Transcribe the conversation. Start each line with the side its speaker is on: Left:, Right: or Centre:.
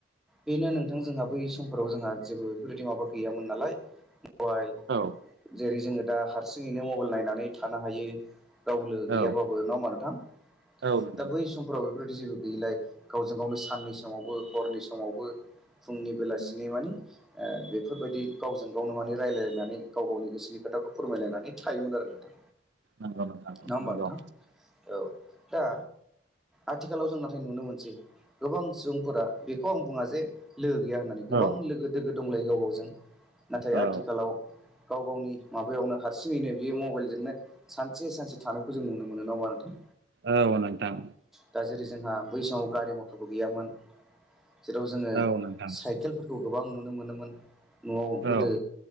Centre: बेनो नोंथां जोंहा बै समफोराव जोंहा जेबो बेफोरबायदि माबा गैयामोन नालाय मबायेल
Right: औ
Centre: जेरै जोङो दा हारसिङैनो मबायेल नायनानै थानो हायो। गाव लोगो गैयाबाबो
Right: औ
Centre: नङा होनबा नोंथां
Right: औ नोंथां
Centre: दा बै समफ्राव बेफोरदि जेबो गैयैलाय गावजों गावनो साननि समावबो हरनि समावबो फुंनि बेलासिनि
Right: नंगौ
Centre: माने ओ बेफोरबायदि गावजों गावनो माने रायलायलायनानै गाव गावनि गोसोनि खोथाखौ फोरमायलायनानै थायोमोन आरो नोंथां।
Right: नंगौ नोंथां
Centre: नङा होमबा
Right: नंगौ।
Centre: नोंथां औ दा आथिखालाव जों नाथाय नुनो मोनसै गोबां सुबुंफोरा बेखौ आं बुङा जे लोगो गैया होननानै गोबां
Right: औ
Centre: लोगो दोगो दंलाय गाव गावजों नाथाय
Right: औ
Centre: आथिखालाव गाव गावनि माबायावनो हारसिङैनो बे मबायेलजोंनो सानसे-सानसे थानायखौ जों नुनो मोनो नङा होमबा नोंथां।
Right: औ नोंथां।
Centre: दा जेरै जोंहा बै समाव गारि मथरबो गैयामोन जेराव जोङो
Right: औ नोंथां
Centre: सायकेलफोर खौ गोबां नुनो मोनोमोन न'आव गोदो
Right: औ